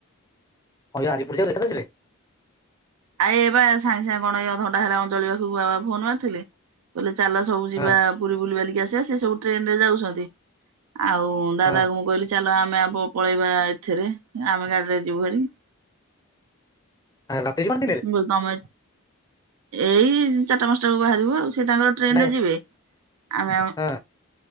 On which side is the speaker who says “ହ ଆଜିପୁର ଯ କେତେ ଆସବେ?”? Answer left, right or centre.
Left